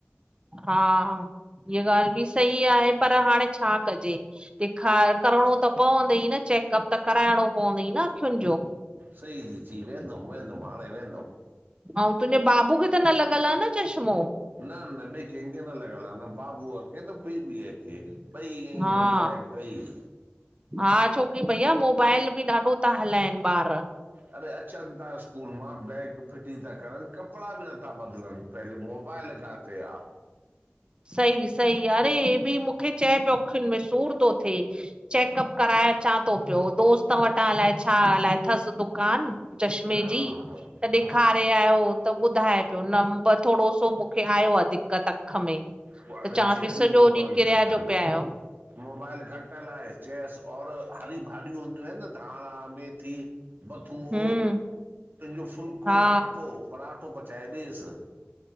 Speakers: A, on the right; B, on the right.
A: हा, हीअ ॻाल्हि बि सही आहे पर हाणे छा कजे। ॾेखार करिणो त पवंदई न चेकअप त कराइणो पवंदई न अख़ियुनि जो।
B: सही थी च ई वेंदम- वेंदम हाणे वेंदम।
A: ऐं तुंहिंजे बाबू खे त न लॻल आ। न चश्मो?
B: न-न बियो कंहिंखे न लॻल आहे न बाबूअ खे न बीबीअ खे। ईय ई
A: हा
B: बढ़िया आहिन ट ई।
A: हा छोकी भईया मोबाइल बि ॾाढो था हलाइनि ॿार।
B: अरे अचनि था स्कूल मां बैग फिटी था करनि कपिड़ा बि नथा बदिलनि पहिले मोबाइल बायल काते आहे?
A: सही- सही अरे हे बि मूंखे चए पियो अखियुनि में सूर थो थिए। चेकअप कराए अचां थो पियो दोस्त वटां अलाए छा अलाए अथसि दुकान? चश्मे
B: हा
A: जी
B: हा
A: त
B: हा
A: ॾेखारे आयो। त ॿुधाए पियो नब थोडो सो मूंखे आयो आहे दिक़त अखि में।
B: पो हाड़े
A: त चांस
B: चेसि
A: पई सॼो
B: मोबाइल
A: ॾींहुं किरिया
B: घटल
A: जो
B: हलाय
A: पिया आहियो
B: मोबाइल घटिल चेसि और हरी भाॼियूं हूंदियूं आहिनि न धाणा मेथी बथूओ
A: हम्म।
B: उनजो फुल्को
A: हा
B: पराठो पराठो पचाए ॾेसि।